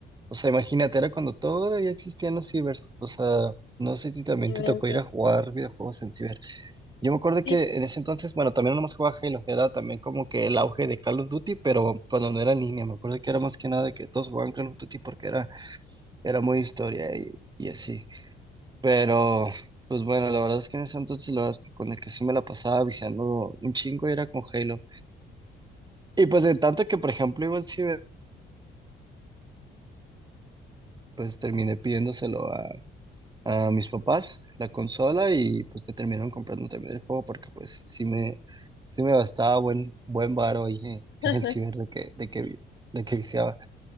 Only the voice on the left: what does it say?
No inventes.
Sí.
<laughs>